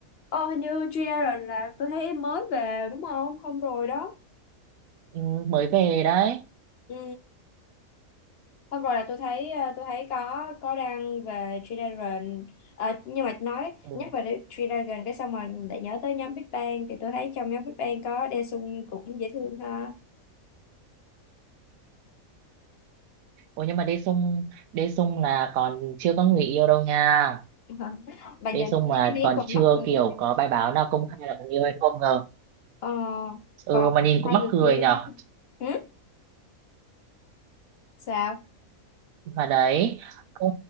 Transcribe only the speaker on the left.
ô hình như G-Dragon là tôi thấy mới về đúng không? Không rồi đó.
Ừ, không rồi là tôi thấy ờ, tôi thấy có có đăng về G-Dragon. Ờ, nhưng mà nói
nhắc về G-Dragon cái xong rồi lại nhớ tới nhóm Big Bang thì tôi thấy trong nhóm Big Bang có Daesung cũng dễ thương ha.
<laughs> Bà
nhìn
cái nét
còn
mắt người
Ờ,
còn
hai
người
kia
thế ừ? sao